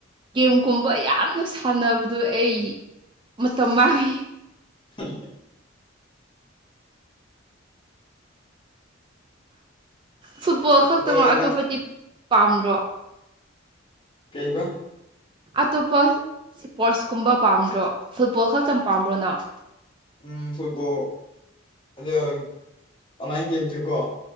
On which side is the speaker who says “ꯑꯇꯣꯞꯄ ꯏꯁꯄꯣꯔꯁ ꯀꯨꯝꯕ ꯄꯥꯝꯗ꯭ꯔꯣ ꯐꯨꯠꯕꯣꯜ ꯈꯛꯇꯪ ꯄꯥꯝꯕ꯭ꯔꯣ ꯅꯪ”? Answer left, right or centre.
Right